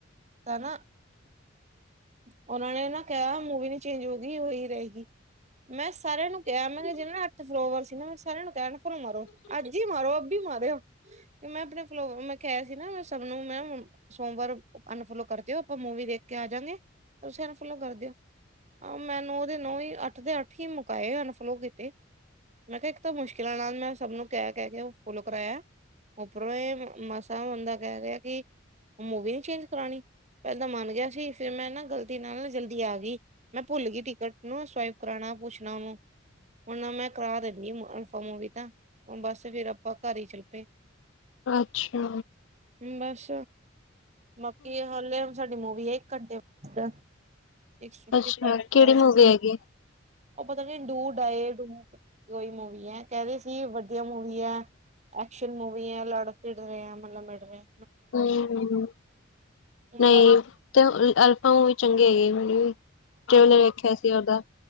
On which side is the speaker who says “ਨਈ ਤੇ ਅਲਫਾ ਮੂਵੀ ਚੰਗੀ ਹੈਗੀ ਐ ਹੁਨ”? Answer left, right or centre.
Left